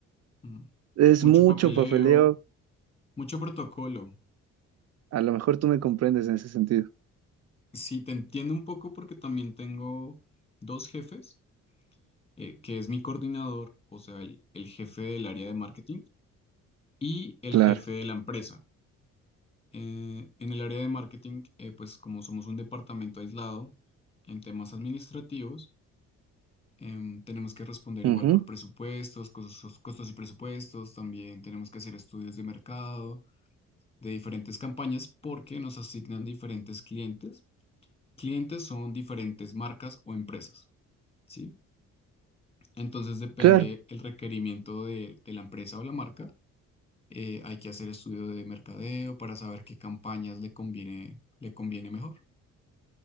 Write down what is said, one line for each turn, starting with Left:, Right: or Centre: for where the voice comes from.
Left: mm.
Right: Es
Left: Mucho
Right: mucho
Left: papeleo,
Right: papeleo,
Left: mucho protocolo.
Right: a lo mejor tú me comprendes en ese sentido.
Left: Sí, te entiendo un poco porque también tengo dos jefes eh, que es mi coordinador, o sea, el, el jefe del área de marketing y el
Right: Claro,
Left: jefe de la empresa. Eh, en el área de marketing, eh, pues como somos un departamento aislado en temas administrativos, em, tenemos que responder
Right: ujú,
Left: igual por presupuestos, costos, costos y presupuestos, también tenemos que hacer estudios de mercado, de diferentes campañas, porque nos asignan diferentes clientes. Clientes son diferentes marcas o empresas, ¿sí? Entonces depende
Right: Claro,
Left: el requerimiento de de la empresa o la marca eh, hay que hacer estudio de mercadeo para saber qué campañas le conviene, le conviene mejor.